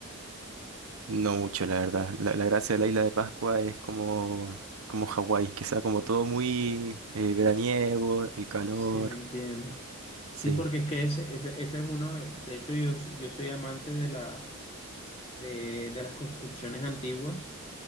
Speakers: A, on the right (about 85°); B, on the left (about 30°).
A: No mucho, la verdad. La, la gracia de la isla de Pascua es como, como Hawái, que sea como todo muy eh, veraniego, el calor.
B: Sí, entiendo. Sí,
A: Sí.
B: porque es que ese, ese, ese es uno, de de hecho yo, s- yo soy amante de, la, de, de las construcciones antiguas